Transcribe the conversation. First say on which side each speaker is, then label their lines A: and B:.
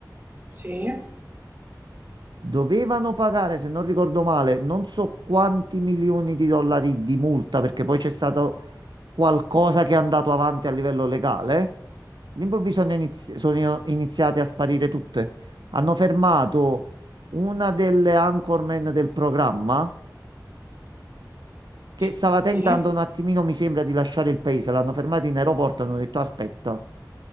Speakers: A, on the right; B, on the right.
A: sì,
B: Dovevano pagare, se non ricordo male, non so quanti milioni di dollari di multa perché poi c'è stato qualcosa che è andato avanti a livello legale. All'improvviso hanno inizi- sono iniziate a sparire tutte. Hanno fermato una delle anchorman del programma che
A: sì,
B: stava tentando
A: sì.
B: un attimino, mi sembra, di lasciare il paese. L'hanno fermata in aeroporto, hanno detto aspetta,